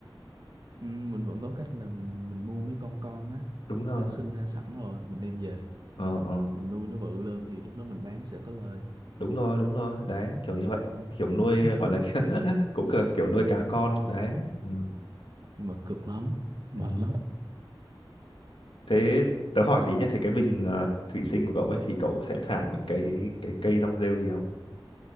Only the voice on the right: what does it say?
ừm, mình vẫn có cách là mình mình mua mấy con con á
nó đã sinh ra sẵn rồi mình đem về
mình nuôi nó bự lên thì lúc đó mình bán sẽ có lời
Ừm.
<laughs>
nhưng mà cực lắm mệt
lắm